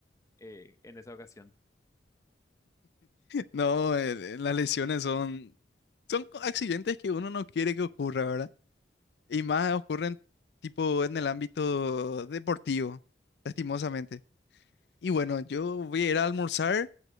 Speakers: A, on the left; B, on the left.
A: eh, en esa ocasión.
B: No, eh, las lesiones son, son co- accidentes que uno no quiere que ocurra, ¿verdad? Y más ocurren tipo en el ámbito deportivo, lastimosamente. Y bueno, yo voy a ir a almorzar